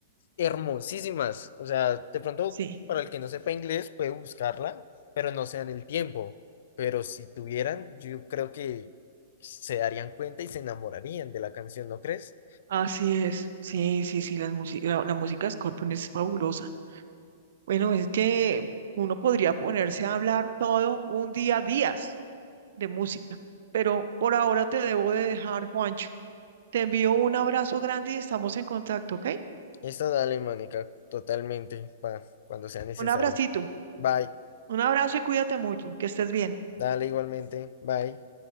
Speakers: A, on the left; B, on the right.
A: hermosísimas. O sea, de pronto,
B: sí,
A: para el que no sepa inglés, puede buscarla, pero no se dan el tiempo. Pero si tuvieran, yo creo que se darían cuenta y se enamorarían de la canción, ¿no crees?
B: así es. Sí, sí, sí, las musi- la, la música de Scorpion es fabulosa. Bueno, es que uno podría ponerse a hablar todo un día, días de música, pero por ahora te debo de dejar, Juancho. Te envío un abrazo grande y estamos en contacto, ¿ok?
A: Esto dale, Mónica, totalmente, va, cuando sea necesario.
B: Un abracito,
A: Bye,
B: un abrazo y cuídate mucho, que estés bien.
A: dale igualmente, bye.